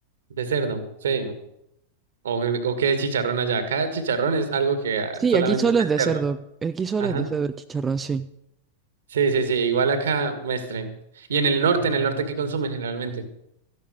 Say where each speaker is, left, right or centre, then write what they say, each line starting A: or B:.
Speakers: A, on the right; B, on the right.
A: De cerdo, sí. O, que- o qué chicharrón allá. Acá chicharrón es algo que ah,
B: Sí,
A: solamente
B: aquí solo
A: está
B: es
A: en
B: de
A: cerdo.
B: cerdo. Aquí solo
A: Ajá.
B: es de cerdo el chicharrón, sí.
A: Sí, sí, sí. Igual acá, mestre. Y en el norte, en el norte, ¿qué consumen generalmente?